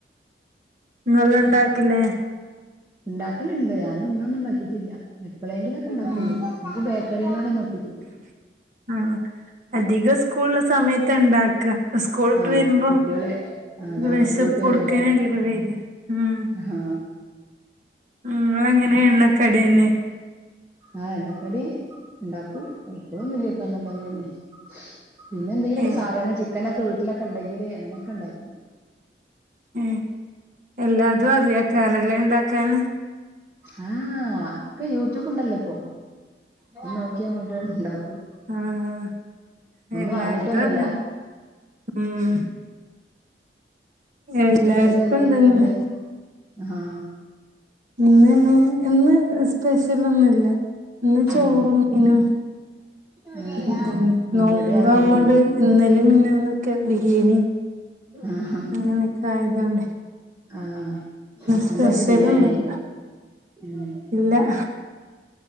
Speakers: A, on the right (about 45°); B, on the right (about 15°).
A: ഇങ്ങള് ണ്ടാക്ക്ല്ലേ
B: ഇണ്ടാക്കല്ണ്ട് ഞാനും ഇന്നൊന്നും ഇണ്ടാക്കീട്ടില്ല. എപ്പ്ളേങ്കിലൊക്കെ ഇണ്ടാക്കുള്ളു.
A: ഉം
B: ബേക്കറിനോട് ന്നെ പ്പിക്കും.
A: ആഹ് അധികം സ്കൂളുള്ള സമയത്താ ഇണ്ടാക്ക സ്കൂള്ട്ട്
B: ആഹ്
A: വര്മ്പം
B: കുട്ടികള് ആഹ് അതന്നെ
A: വെശപ്പോട്ക്കനല്ലേ
B: സ്കൂളിട്ട് വരുമ്പോ
A: വരാ. ഉം
B: ആഹ്
A: നിങ്ങളെങ്ങനെ എണ്ണക്കടിന്നെ
B: ആഹ് എണ്ണക്കടിണ്ടാക്കും പ്പൊളൊന്നുല്ല ഈ പറഞ്ഞപോല തന്നെ പിന്നെ എന്തെങ്കിലുക്കെ
A: ഏഹ്
B: സാധനം ചിക്കനൊക്കെ വീട്ടിലൊക്കെ ണ്ടെങ്കില് അങ്ങനെയൊക്കെണ്ടാക്കു
A: ഉം എല്ലാതും അറിയാകാരല്ലെണ്ടാക്കാന്
B: ഏഹ് ഏഹ് ഒക്കെ യൂട്യൂബ് ഉണ്ടല്ലോ ഇപ്പോ നോക്കിയങ്ങോട്ട്ണ്ടാക്കും
A: ആഹ്
B: ഒന്നും
A: എല്ലാര്തും
B: അറിഞ്ഞിട്ടൊന്നുല്ല
A: അതന്നെ ഉം എല്ലാര്ക്കും
B: ന്ന് ഉച്ചക് എന്തേഞ്
A: അതന്നെ
B: ഫുഡ് ആഹ്
A: ഇന്ന് ഇന്ന് സ്പെഷ്യലൊന്നുല്ല ഇന്ന് ചോറും
B: ഉം
A: മീനും
B: ആഹ്
A: ങ്ങൻ
B: ശരി
A: തന്നെ നോമ്പാവൊണ്ട്
B: ഇവിടെയും അങ്ങനെ തന്നെ
A: ഇന്നലിം മിനിന്ന്ന്നൊക്കെ ബിരിയാണി
B: ആഹ്
A: അങ്ങനെയൊക്കെ ആയതോണ്ട്
B: ആഹ്
A: സ്പെഷ്യലൊന്നുല്ല
B: രണ്ടോസം ബിരിയാണി ആയിരിക്കും ഉം
A: ഇല്ല